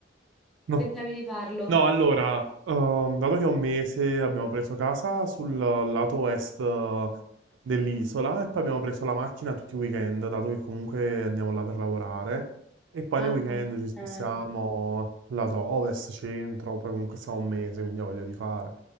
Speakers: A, on the right; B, in the centre.
A: No,
B: pensavi di farlo?
A: No, allora, ehm, dato che è un mese abbiamo preso casa sul lato est eh, dell'isola e poi abbiamo preso la macchina tutti i weekend, dato che comunque andiamo là per lavorare. E poi
B: Ah,
A: nei weekend ci spostiamo
B: ok.
A: lato ovest, centro, poi comunque siamo un mese, quindi ho voglia di fare.